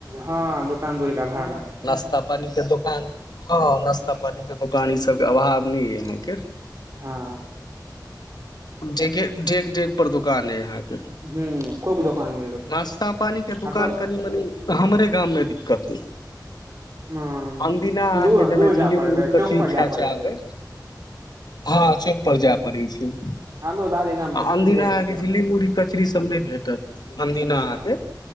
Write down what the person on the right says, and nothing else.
हँ दोकान-दौरीके अभाव नै
ये।
<inaudible> हँ।
हूँ, खूब दोकान मिल रहल
आ सब
हँ
दूर
दूर जाय
पड़े
पड़े
चौक पर जाय
पड़े
छै
हमरो दादी गाम भटसिम
रहे
छियै
हँ